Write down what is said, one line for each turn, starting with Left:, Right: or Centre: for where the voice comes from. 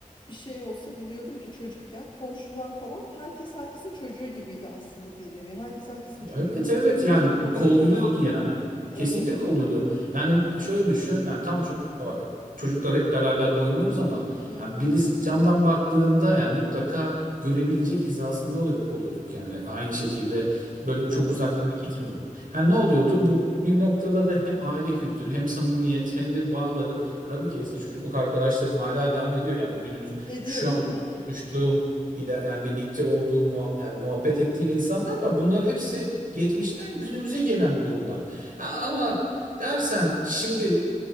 Left: bir şey olsa biliyordum ki çocukken komşular falan herkes herkesin çocuğu gibiydi aslında bir nevi. Herkes herkesin
Right: Ya
Left: çocuğuna
Right: Evet
Left: da
Right: evet
Left: göz
Right: yani
Left: kulak oluyordu
Right: kolluyordu
Left: yani.
Right: yani.
Left: Evet,
Right: Kesinlikle kolluyordu.
Left: evet.
Right: Yani şöyle düşün yani tam ço- o- çocuklar hep beraber oynuyoruz ama
Left: Hı
Right: yani
Left: hı.
Right: birisi camdan baktığında yani mutlaka görebilecek hizasında oluyor- oluyorduk yani. Aynı şekilde böyle çok
Left: Evet.
Right: uzaklara gitmiyorduk. Yani ne oluyordu? Bu bir noktada da hem aile kültürü hem samimiyet hem de bağları ya tabii ki eski çocukluk arkadaşlarım hala devam ediyor yani günümüz
Left: Ediyor
Right: şu
Left: değil
Right: an
Left: mi?
Right: konuştuğum İla- yani birlikte olduğum muha- yani muhabbet ettiğim insanlar var. Bunlar hepsi geçmişten günümüze gelen durumlar. Ha, ama dersen şimdi